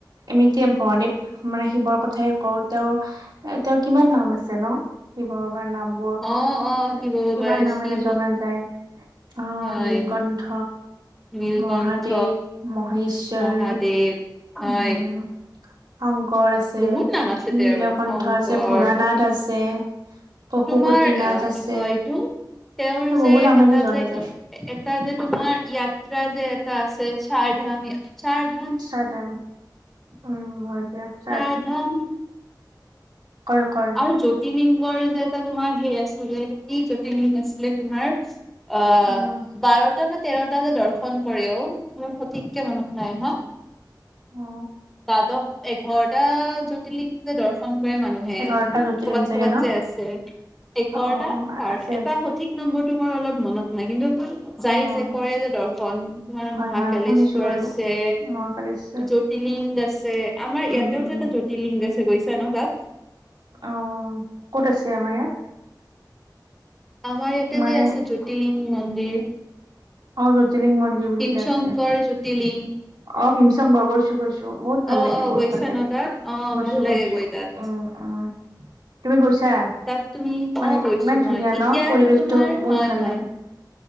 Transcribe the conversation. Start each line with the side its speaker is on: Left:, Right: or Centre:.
Right: আমি এতিয়া মহাদেৱ মানে শিৱৰ কথাই কওঁ তেওঁৰ এ তেওঁৰ কিমান নাম আছে ন শিৱ বাবাৰ নাম বোৰ
Centre: অ', অ' শিৱ বাবাৰ
Right: কিমান নামেৰে
Centre: শিৱ
Right: জনা যায়। অঁ
Centre: হয়,
Right: নীলকণ্ঠ,
Centre: নীলকণ্ঠ,
Right: মহাদেৱ, মহেশ্বৰ
Centre: মহাদেৱ হয়,
Right: উম। শংকৰ আছে,
Centre: বহুত নাম আছে
Right: নীলকণ্ঠ
Centre: তেওঁৰ। শংকৰ
Right: আছে, ভোলানাথ আছে। পশুপতিনাথ
Centre: তোমাৰ অ
Right: আছে
Centre: কি কয় এইটো তেওঁৰ
Right: বহু
Centre: যে
Right: নামেৰে
Centre: এটা
Right: জনা
Centre: যে
Right: যায়
Centre: ই এটা যে তোমাৰ য়াত্ৰা যে এটা আছে চাৰ ধাম চাৰ
Right: চাৰধাম উম হয় দিয়া।
Centre: চাৰধাম
Right: কয় কয়
Centre: আৰু জ্যো তিলিংগযে এটা তোমাৰ সেই আছিলে কি জ্যোতিলিংগ আছিলে তোমাৰ অ'
Right: উম
Centre: বাৰটা না তেৰটা যে দৰ্শন কৰে ঔ মোৰ সঠিককে মনত নাই। হা?
Right: অ
Centre: দ্বাদশ এঘাৰটা জ্যোতিলিংগ যে দৰ্শন কৰে মানু হে
Right: এঘাৰটা জ্যোতিলিং
Centre: কৰ'বাত
Right: চাগে
Centre: ক'ৰবাত
Right: ন
Centre: যে আছে এঘাৰটা
Right: অ', অ',
Centre: বাৰটা
Right: আছে
Centre: এটা
Right: আছে
Centre: সঠিক নম্বৰটো মোৰ অলপ মনত নাই কিন্তু যায়
Right: অ',
Centre: যে কৰে যে দৰ্শন তোমাৰ
Right: হয়
Centre: মহাকালেশ্বৰ
Right: হয় শুনিছো বাৰু।
Centre: আছে।
Right: মহাকালেশ্বৰ
Centre: জ্যোতিলিংগ আছে আমাৰ ইয়াতেতো
Right: উম, উম,
Centre: এটা জ্যোতিলিংগ আছে গৈছা ন তাত?
Right: অ' ক'ত আছে আমাৰ ইয়াত?
Centre: আমাৰ ইয়াতে
Right: মানে
Centre: যে আছে জ্যোতিলিংগ মন্দিৰ।
Right: অঁ জ্যোতিলিংগ মন্দিৰ বুলি
Centre: ভীমশংকৰ
Right: যে আছে।
Centre: জ্যোতিলিংগ
Right: অঁ ভীমশঙ্কৰ গৈছো গৈছো। বহুত ভাল
Centre: অ
Right: লাগে
Centre: অ
Right: বহুত
Centre: গৈছা
Right: ভাল লাগে
Centre: ন তাত অ
Right: গৈছো
Centre: ভাল
Right: গৈছো
Centre: লাগে গৈ তাত
Right: উম। অঁ তুমি গৈছা?
Centre: তাত তুমি
Right: মানে
Centre: অ
Right: ইমান
Centre: গৈছো মই
Right: ধুনীয়া ন
Centre: এতিয়াতো
Right: পৰিৱেশটো
Centre: তোমাৰ
Right: বহুত
Centre: হয়
Right: ভাল
Centre: হয়
Right: লাগে।